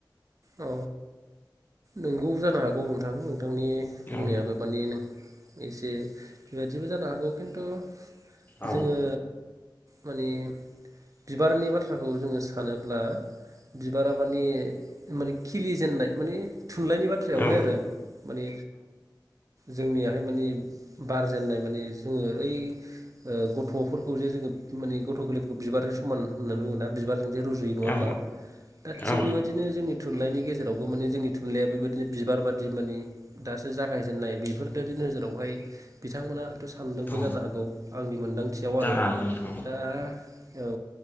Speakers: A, on the right; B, on the left.
A: अ नंगौ जानो हागौ नोंथां नोंथांनि बुंनायाबो
B: औ
A: माने नों एसे बेबायादिबो जानो हागौ खिन्थु
B: औ
A: जोंङो माने बिबारनि बाथ्राखौ जोंङो सानोब्ला बिबारा माने माने खिलि जेेननाय मानिे थुनलाइनि बाथ्रायावहाय
B: औ
A: आरो माने जोंनियाहाय माने बारजेननाय माने जोंङो ओइ गथ'फोरखौ जे जोङो माने गथ' गोरलैफोरखौ बिबारजों समान होननानै बुंङो बिबारजों रुजुयो नङा होमबा
B: औ
A: दा थिग
B: औ
A: बेबायदिनो थुलाइनि गेजेरावबो माने जोंनि थुनलाइ बेबायदिनो बिबार बाद मानि दासो <unintelligible> गायजेननाय बेफोरबायि नोजोरावहाय बिथांमोना हयथ' सान्दोंबो
B: औ
A: जानो हागौ आंनि मोनदांथियाव
B: जानो
A: आरो
B: हागौ नोंथां औ
A: दा औ